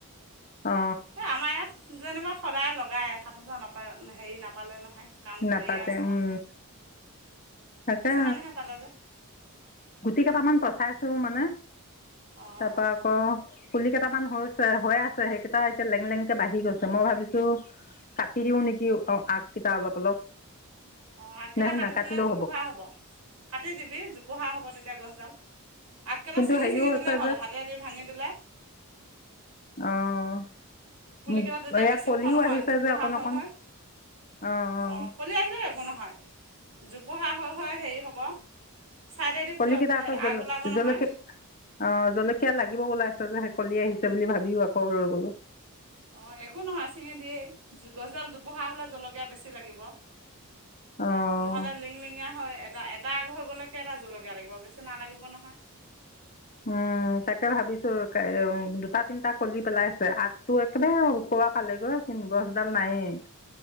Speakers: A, on the left; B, on the right.
A: অ
B: এই আমাৰ ইয়াত যেনিবা সদায় লগাই এ সাত হেজাৰ নাপায় হেৰি নাপালে নহয়। কাম কৰিয়ে
A: নাপাতে
B: আছে
A: উম
B: মানুহে
A: তাকে
B: কিছুমানহে পালেগৈ।
A: গুটি কেইটামান পচাইছো মানে
B: অঁ
A: তাৰ পৰা আকৌ পুলি কেইটা হৈছে হৈ আছে সেইকেইটা এতিয়া লেঙ লেঙকে বাঢ়ি গৈছে মই ভাবিছো কাটি দিও নেকি অ' আগ কেইটা অলপ- অলপ।
B: অ' আগ কেইটা
A: নাই
B: কাটি
A: নাকাটিলেও
B: দিলে জোপোহা হ'ব কাটি দিবি জোপোহা হ'ব তে এতিয়া গছডাল আগকেইটা
A: কিন্তু
B: চিঙি
A: হেৰিও
B: চিঙি
A: হৈছে
B: দিলেই হ'ল হাতেদি ভাঙি দিলে।
A: অ'
B: পুলিকেইটা তেতিয়া
A: এয়া
B: বেছি
A: কলিও
B: ওখ নহয়
A: আহিছে
B: জোপোহা
A: যে অকণ-অকণ।
B: হৈ হৈ
A: অ
B: অঁ
A: অ।
B: কলি আহিলেও একো নহয় জোপোহা হৈ হৈ হেৰি হব। ছাইডেদি
A: কলিকেইটা আকৌ জ
B: আগ ওলাব নহয়
A: জলকীয়া অ'জলকীয়া লাগিব ওলাইছ যে চলি আহিছে বুলি ভাবিও আকৌ ৰৈ গ'লো।
B: অঁ একো নহয় ছিঙি দিয়েই গছডাল জোপোহা হ'লে জলকীয়া বেছি লাগিব।
A: অঁ
B: নহ'লে লিং লিংগীয়া হয় এটা এ এটা আগ হৈ গ'লে কেটা জলকীয়া লাগিব বেছি নালাগিব নহয়।
A: উম তাকে ভাবিছো দুটা তিনিটা কলি পেলাইছে আগটো একেবাৰে। পোৱা পালেগৈ গছডাল নাইয়ে।